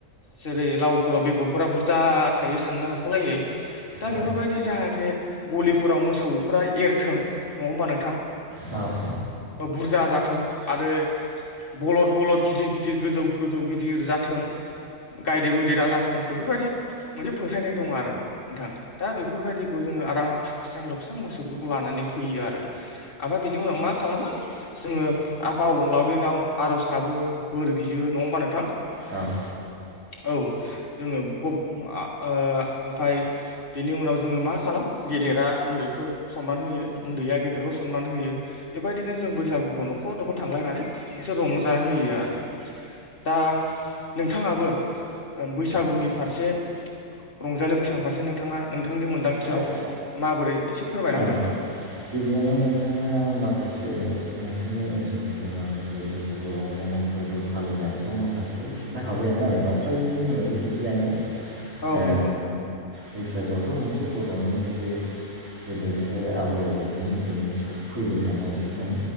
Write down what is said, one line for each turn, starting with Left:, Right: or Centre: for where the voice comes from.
Left: जेरै लावफोराव बेगरफोरा बुरजा थायो साननो हाख'लायै दा
Right: औ
Left: बेफोरबायदि जाहाथे गलिफोराव मोसौफ्रा एरथों नङा होमबा नोंथां
Right: औ
Left: बुरजा जाथों आरो बलद बलद गिदिर गिदिर गोजौ गोजौ गिदिर जाथों। गायदे गुयदै बादि दा जाथों बेफोरबायदि मोनसे फोथायनाय दं आरो नोंथां दा बे बेफोरबायदिखौ जोंङो आराम थुखस्रां लोबस्रां मोसौफोरखौ लानानै फैयो आरो ओमफाय बिनि उनाव मा खालामो जोंङो आफा अबंलावरिनियाव आर'ज गाबो बोर बियो नङा होमबा नोंथां?
Right: औ
Left: औ जोंङो ओ ओमफाय बेनि उनाव जोङो मा खा लामो गेदेरा उन्दैखौ सनमान होयो उन्दैया गेदेरखौ सनमान होयो बेबायदिनो जों बैसागु न'खर न'खर थांलायनानै मोनसे रंजाहोयो आरो। दा नोंथाङाबो ओ बैसागुनि फारसे रंजालि बैसागुनि फारसे नोंथाङा नोंथांनि मोन्दांथियाव
Right: दा
Left: माबोरै एसे फोरमायना
Right: औ
Left: होदो नोंथां।
Right: गिबियावनो नोंथाङा माखासे नोंसोरनि ओनसोलफोरनि माखासे बैसागु रंजानाय फोरबो फालिनायखौ माखासेखौ खिन्थाखाबायानो मोनो आरो ना फ्रायनो जोंनावो बिदियनो
Left: औ
Right: ओ
Left: नंगौ नोंथां
Right: बैसागुआवथ' मोनसे बर'नि मोनसे गोदो गोदाय आबै आबौमोननिफ्रायनो फैबाय थानाय माने